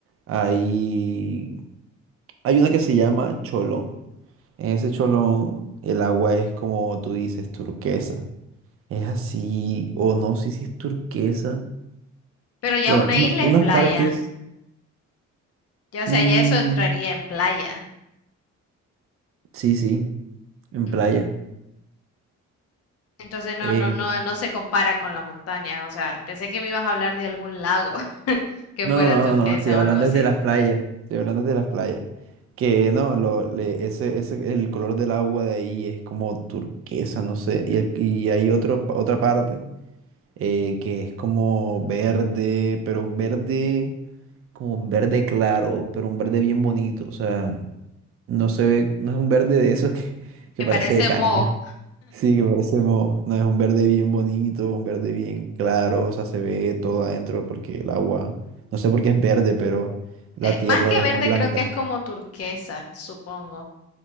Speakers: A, on the right (about 50°); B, on the left (about 55°).
A: hay, hay una que se llama Cholón. En ese Cholón el agua es como tú dices, turquesa. Es así, o no sé si es turquesa.
B: Pero ya
A: Bueno,
B: una
A: una-
B: isla
A: unas
B: es playa.
A: partes
B: Ya, o
A: Mm,
B: sea, ya eso entraría en playa.
A: sí, sí, en
B: Ujú.
A: playa.
B: Entonces no,
A: Eh,
B: no, no, no se compara con la montaña. O sea, pensé que me ibas a hablar de algún lago <laughs> que
A: no,
B: fuera
A: no,
B: turquesa
A: no, no, no, estoy hablando
B: o algo así.
A: desde las playas. Estoy hablando desde las playas. Que no, lo, le- ese, ese, el color del agua de ahí es como turquesa, no sé. Y, el- y hay otro, pa- otra parte eh, que es como verde, pero un verde, como un verde claro, pero un verde bien bonito. O sea, No se ve, no es un verde de esos que, que
B: Que
A: parece
B: parece
A: de caña.
B: mo,
A: Sí, que parece moho. No, es un verde bien bonito, un verde bien claro, o sea, se ve todo adentro porque el agua, no sé por qué es verde, pero la
B: eh,
A: tierra
B: más que
A: es
B: verde
A: blanca
B: creo que es como turquesa, supongo.